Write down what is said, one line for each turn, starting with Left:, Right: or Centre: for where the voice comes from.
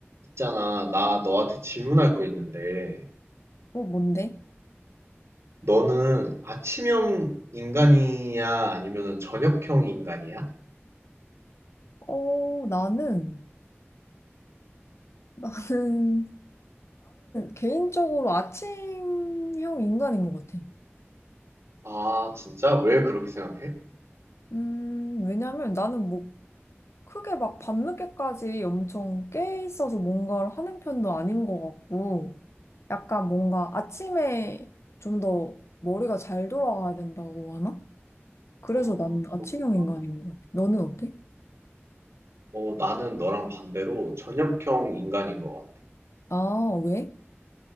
Right: 있잖아, 나 너한테 질문할 거 있는데,
Left: 어, 뭔데?
Right: 너는 아침형 인간이야? 아니면 저녁형 인간이야?
Left: 어, 나는, <laughs> 나는, 개인적으로 아침형 인간인 것 같아.
Right: 아, 진짜? 왜 그렇게 생각해?
Left: 음, 왜냐면 나는 뭐, 크게 막 밤늦게까지 엄청 깨 있어서 뭔가를 하는 편도 아닌 것 같고, 약간 뭔가 아침에 좀 더 머리가 잘 돌아가야 된다고 하나? 그래서
Right: 아,
Left: 난 아침형
Right: 그렇구나.
Left: 인간인 것 같아. 너는 어때?
Right: 어, 나는 너랑 반대로 저녁형 인간인 것 같아.
Left: 아, 왜?